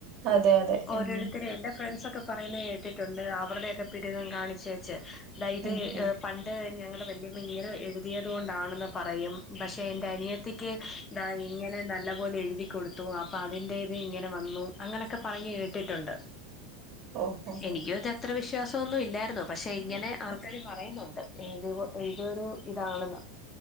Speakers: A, on the right; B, on the left.
A: അതെ അതെ
B: ഓരോരുത്തും
A: ഉം
B: എന്റെ ഫ്രണ്ട്സ് ഒക്കെ പറയുന്ന കേട്ടിട്ടൊണ്ട് അവരുടെക്കെ പിരികം കാണിച്ച് വച്ച് അതായത്
A: ഉം ഉം
B: പണി ഞങ്ങളുടെ വല്യമ്മ ഇങ്ങനെ എഴുതിയത് കൊണ്ടാണെന്ന് പറയും പക്ഷെ എന്റെ അനിയത്തിക്ക് ദാ ഇങ്ങനെ നല്ല പോലെ എഴുതി കൊടുത്തു അപ്പൊ അതിന്റേത് ഇങ്ങനെ വന്നു അങ്ങനൊക്കെ പറഞ്ഞ് കേ ട്ടിട്ടൊണ്ട്
A: ഓഹോ
B: എനിക്കും ഇത് അത്ര വിശ്വാസോന്നും ഇല്ലാരുന്നു പക്ഷെ ഇങ്ങനെ ആൾക്കാര് പറയുന്നൊണ്ട് ഇത് ഇതൊരു ഇതാണെന്ന്